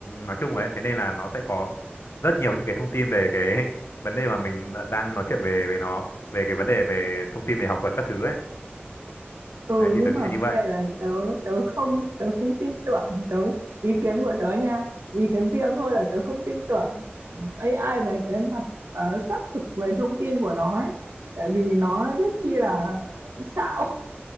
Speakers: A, on the left; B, on the right.
A: nói chung ấy thế nên là nó sẽ có rất nhiều những cái thông tin về cái <laughs> vấn đề mà mình đang nói chuyện về về nó về cái vấn đề về thông tin về học thuật các thứ ấy
B: ừ
A: đấy thì
B: nhưng
A: tớ nghĩ
B: mà
A: là
B: vấn
A: như vậy
B: đề là tớ tớ không tớ không tin tưởng tớ ý kiến của tớ nha ý kiến riêng thôi là tớ không tin tưởng AI về cái mặt ờ, xác thực về thông tin của nó ấy. tại vì nó rất chi là xạo